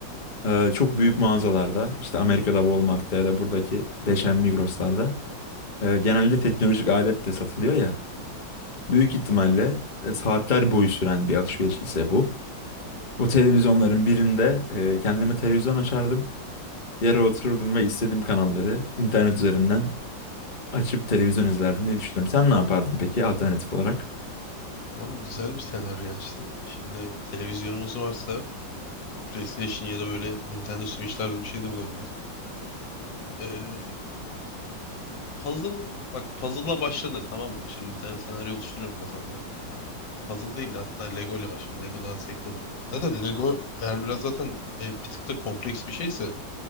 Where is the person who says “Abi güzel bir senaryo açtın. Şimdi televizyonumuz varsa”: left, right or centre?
Left